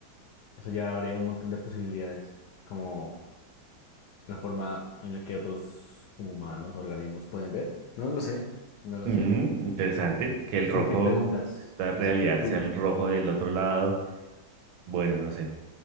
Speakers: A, on the left; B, on the right.
A: Eso ya abre un montón de posibilidades, como la forma en la que otros humanos, organismos pueden ver. No lo sé, no lo
B: Mm,
A: sé.
B: interesante, que el
A: Surgen
B: rojo,
A: preguntas.
B: esta realidad
A: Exacto, tú.
B: sea el rojo del otro lado, bueno, no sé.